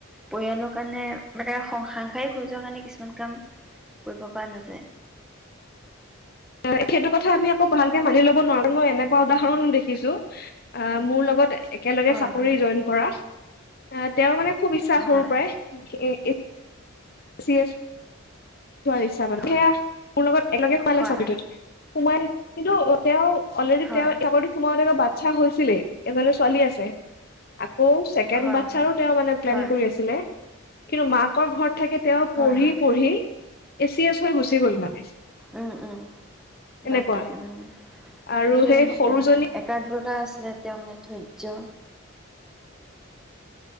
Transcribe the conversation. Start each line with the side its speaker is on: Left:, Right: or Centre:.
Centre: পৰিয়ালৰ কাৰণে মানে সং সাংসাৰিক হৈ যোৱা কাৰণে কিছুমান কাম কৰিব পৰা নাযায়।
Left: অ সেইটো কথা আমি আকৌ ভালকে মানি ল'ব নোৱাৰো। মই এনেকুৱা উদাহৰণ দেখিছোঁ আহ মোৰ লগত একেলগে
Centre: হয়
Left: চাকৰি
Centre: হয়
Left: জইন কৰা। আহ তেওঁ মানে খুব ইচ্ছা
Centre: হয়
Left: সৰুৰ পৰাই। <unintelligible> যোৱাৰ ইচ্ছা মানে
Centre: হয়
Left: সেইয়া মোৰ লগত একেলগে সোমাইছে
Centre: হয়
Left: চকীটোত সোমাই কিন্তু এতিয়াও অলৰেডি
Centre: হয়
Left: তেওঁ খবৰটো সোমাওতে বাট ইচ্ছা হৈছিলে এজনি ছোৱালীও আছে অও ছেকেণ্ড
Centre: হয়
Left: বাচ্ছাৰো
Centre: হয় হয়
Left: তেওঁ মানে প্লেন
Centre: হয়
Left: কৰি আছিলে। কিন্তু মাকৰ ঘৰত থাকে তেওঁ
Centre: হয়
Left: পঢ়ি
Centre: হয়
Left: পঢ়ি এ ছি এছ হৈ গুচি গ'ল মানে।
Centre: উম উম
Left: এনেকুৱা
Centre: বাপৰে উম
Left: আৰু
Centre: সেইটো
Left: সেই সৰুজনী
Centre: একাগ্ৰতা আছিলে তেওঁমানে ধৈয্য।